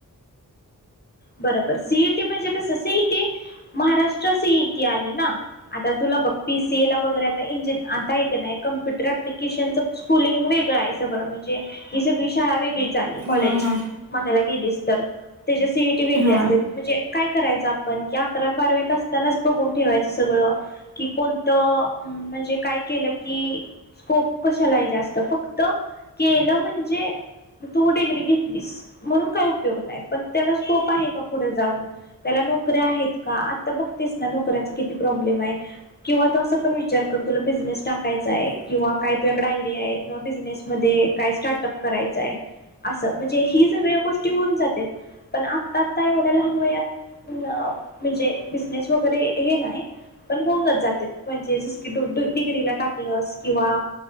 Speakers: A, on the left; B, on the right.
A: बरोबर सीईटी म्हणजे कसं सीईटी महाराष्ट्र सीईटी आली ना आता पीसीए ला वगैरे आता आहे का नाही कम्प्युटर अप्लिकेशनच स्कूलिंग वेगच वेगळा आहे म्हणजे ही सगळी शाळा वेगळीच आली कॉलेजची,
B: हा हा
A: म्हणायला गेलीस तर तेचे सीईटी वेगळे
B: हा
A: असते म्हणजे काय करायचं, आपण कि अकरावी बारावीत असतानाच बघून ठेवायचं सगळं. कि कोणतं म्हणजे काय केलं, की स्कोप कशालाय जास्त. फक्त केलं म्हणजे तू डिग्री घेतलीस म्हणून काही उपयोग नाही, पण त्याला स्कोप आहे का! पुढे जाऊन त्याला नोकऱ्या आहेत का, आता बघतेस ना नोकऱ्यांचा किती प्रॉब्लेम किंवा तू असा पण विचार कर तुला बिजनेस टाकायचाय, किंवा काय तुझ्याकडे आयडिया बिझनेस मध्ये काय स्टाटअप करायच, अस म्हणजे ही सगळ गोष्टी होऊन जात्यात. पण आत्ता आता एवढं लहान वयात म्हणजे बिझनेस वगैरे हे नाय पण होऊनच जाते, म्हणजे जस की दूध डिग्रीला टाकलस किंवा